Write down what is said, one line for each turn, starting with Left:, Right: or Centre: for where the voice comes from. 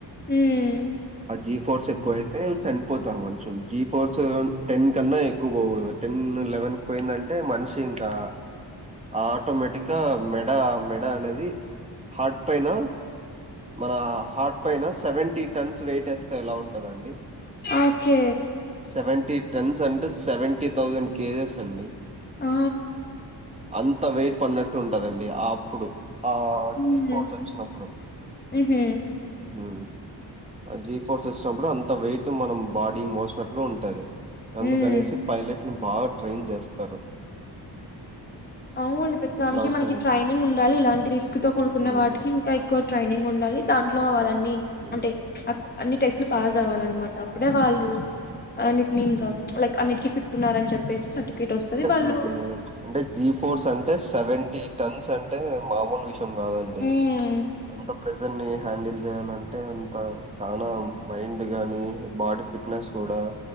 Left: హ్మ్
Right: ఆ జి ఫోర్స్ ఎక్కవ అయితే చనిపోతారు మనుషులు జీ ఫోర్స్ టెన్ కన్న ఎక్కువ పోగుడదు టెన్ లెవెన్ పోయిందంటే మనిషి ఇంకా ఆటోమేటిక్ గా మెడ మెడ అనేది హార్ట్ పైన మన హార్ట్ పైన సేవేంటీ టన్స్ వెయిట్ ఏస్తే ఎలా ఉంటదండీ
Left: ఓకే
Right: సెవెంటీ టెన్స్ అంటే సేవేంటి థౌసండ్ కేజిస్ అండి
Left: ఆ
Right: అంత వెయిట్ పడినట్టు ఉంటదండీ ఆ అప్పుడు ఆ
Left: హ్మ్
Right: జీ ఫోర్స్ వచ్చినప్పుడు
Left: ఉహూ
Right: ఉ జీ ఫోర్స్ వచ్చినప్పుడు అంత వెయిట్ మనం బాడీ మోసినట్లు ఉంటది
Left: హ్మ్
Right: అందుకనేసి పైలట్ ని బాగా ట్రైన్ చేస్తారు
Left: అవునండి ప్రతీదానికి
Right: ఇట్లా ఉంటాయండి.
Left: మనకి ట్రైనింగ్ ఉండాలి ఇలాంటి రిస్క్ తో కూడుకున్న
Right: హ్మ్.
Left: వాటికి ఇంకా ఎక్కువ ట్రైనింగ్ ఉండాలి దాంట్లో అవ్వాల నీ
Right: హ్మ్.
Left: అంటే అన్ని టెస్ట్లు పాస్ అవ్వాలన్నమాట
Right: హ్మ్.
Left: అప్పుడే వాళ్ళు
Right: హ్మ్.
Left: అన్నిటిని ఇంకా
Right: హ్మ్.
Left: లైక్ అన్నిటికీ ఫిట్ ఉన్నారని చెప్పేసి సర్ ర్టిఫికెట్ వస్తది వాళ్ళు
Right: మీకీ అంటే జి ఫోర్స్ అంటే సెవెంటీ టన్స్ అంటే మామూలు విష అంటే మాలాంటి
Left: హ్మ్
Right: అంత ప్రెజర్ ని హ్యాండిల్ చేయాలంటే అంత చానా వైన్డ్ గానీ బాడీ ఫిట్నెస్ కూడా